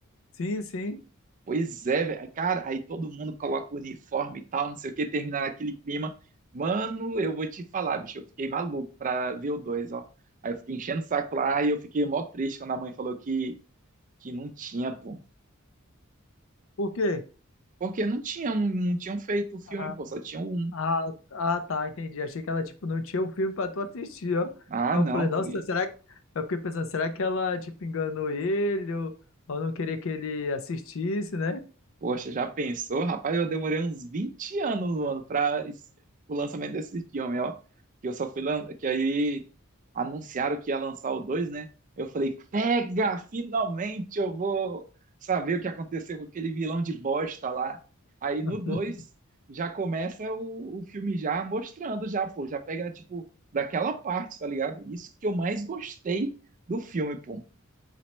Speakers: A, on the left; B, on the right.
A: Sim, sim.
B: Pois é, velho. Cara, aí todo mundo coloca o uniforme e tal, não sei o que, terminar aquele clima. Mano, eu vou te falar, bicho, eu fiquei maluco pra ver o 2, ó. Aí eu fiquei enchendo o saco lá e eu fiquei mó triste quando a mãe falou que que não tinha, pô.
A: Por quê?
B: Porque não tinham, não, não tinham feito o filme,
A: Ah,
B: pô, só tinham um.
A: ah, ah, tá, entendi. Achei que ela, tipo, não tinha o filme pra tu assistir, ó.
B: Ah,
A: Aí
B: não,
A: eu falei,
B: pô.
A: nossa, será que... Eu fiquei pensando, será que ela, tipo, enganou ele ou, ou não queria que ele assistisse, né?
B: Poxa, já pensou? Rapaz, eu demorei uns 20 anos, mano, para o lançamento desse filme, ó. Que eu só fui lan... que aí anunciaram que ia lançar o 2, né? Eu falei, pega, finalmente eu vou saber o que aconteceu com aquele vilão de bosta lá. Aí no
A: <laughs>
B: 2 já começa o, o filme já mostrando já, pô, já pega tipo daquela parte, tá ligado? Isso que eu mais gostei do filme, pô.